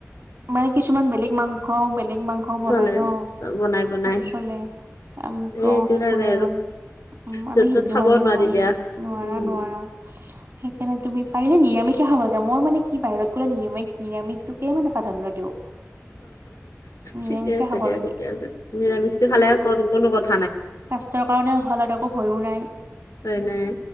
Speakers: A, on the right; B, on the left.
A: মানে কিছুমান বেলেগ মাংস, বেলেগ মাংসও বনাই
B: চলে
A: ন
B: বনাই বনাই
A: চব চলে। আমিতো
B: এইটো
A: অঁ সেইবোৰ
B: কাৰণে
A: আৰু। উম,
B: য'ত
A: আমি
B: ত'ত
A: হিন্দু
B: খাব
A: মানুহ
B: নোৱাৰি
A: নহয়
B: দিয়া।
A: নোৱাৰা
B: উম
A: নোৱাৰা। সেইকাৰণে তুমি পাৰিলে নিৰামিষে খাব লাগে মই মানে কি বাহিৰত গ'লে নিৰািষ নিৰা কিয় মানে প্ৰাধান্য দিওঁ? নিৰামিষে
B: ঠিকে আছে
A: খাব
B: দিয়া,
A: লাগে
B: ঠিকে আছে, নিৰামিষটো খালে <unintelligible>
A: স্বাস্থ্যৰ কাৰণেও ভাল, <unintelligible> একো ভয়ো নাই।
B: হয়, নাই